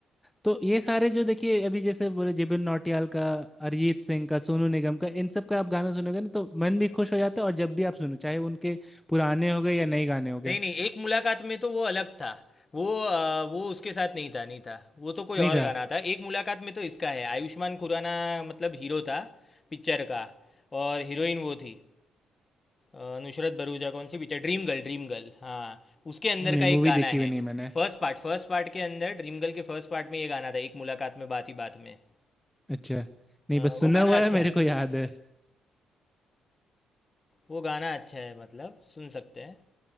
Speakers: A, in the centre; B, on the left (about 25°).
A: तो ये सारे जो देखिए अभी जैसे बोले जुबिन नौटियाल का अरिजीत सिंह का सोनू निगम का इन सब का आप गाना सुनोगे ना तो मन भी खुश हो जाता है और जब भी आप सुनो चाहे उनके पुराने हो गए या नए गाने हो गए
B: नहीं नहीं एक मुलाकात में तो वो अलग था वो अ, वो उसके साथ नहीं था नहीं था वो तो कोई
A: नहीं
B: और
A: था
B: गाना था एक मुलाकात में तो इसका है आयुष्मान खुराना मतलब हीरो था पिक्चर का और हीरोइन वो थी अ, नुसरत भरूचा कौन सी picture Dream girl dream girl हाँ उसके अंदर
A: नहीं
B: का
A: मूवी
B: एक गाना
A: देखी हुई
B: है
A: नहीं मैंने
B: फर्स्ट पार्ट फर्स्ट पार्ट के अंदर ड्रीम गर्ल के फर्स्ट पार्ट में ये गाना था एक मुलाकात में बात ही बात में
A: अच्छा नहीं
B: अ,
A: बस सुना
B: वो गाना
A: हुआ
B: अच्छा
A: है
B: है
A: मेरे को याद है
B: वो गाना अच्छा है मतलब सुन सकते हैं